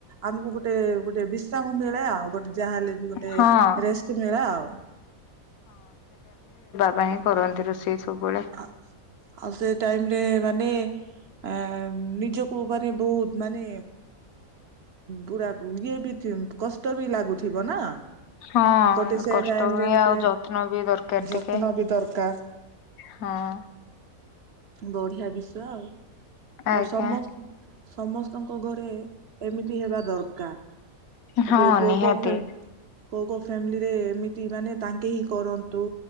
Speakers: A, on the right (about 60°); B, on the left (about 75°).
A: ଆମକୁ ଗୋଟେ ଗୋଟେ ବିଶ୍ରାମ ମିଳେ ଆଉ ଗୋଟେ। ଯାହାହେଲେ ବି ଗୋଟେ
B: ହଁ
A: ରେଷ୍ଟ୍ ମିଳେ ଆଉ।
B: ନାହିଁ କରନ୍ତି ରୋଷେଇ। ସବୁବେଳେ।
A: ଆଉ ସେ ଟାଇମ ରେ ମାନେ ଆଁ ନିଜକୁ ମାନେ ବହୁତ ମାନେ। ପୁରା ଇଏ ବି କଷ୍ଟ ବି ଲାଗୁଥିବ ନା।
B: ହଁ
A: ଗୋଟେ ସେ
B: କଷ୍ଟ
A: ଟାଇମ
B: ହୁଏ
A: ରେ ଗୋଟେ
B: ଆଉ ଯତ୍ନ ବି ଦରକାର
A: ଯତ୍ନ
B: ଟିକେ
A: ବି ଦରକାର। <inaudible>
B: ହଁ।
A: ବଢ଼ିଆ ବିଷୟ ଆଉ
B: ଆଜ୍ଞା
A: ସମସ୍ ସମସ୍ତଙ୍କ ଘରେ ଏମିତି ହେବା ଦରକାର।
B: ହଁ
A: ଏବେ କକୋ
B: ନିହାତି
A: କକୋ ଫେ କୋକୋ କୋକୋ ଫ୍ୟାମିଲିରେ ଏମିତି ମାନେ ତାଙ୍କେ ହିଁ କରନ୍ତୁ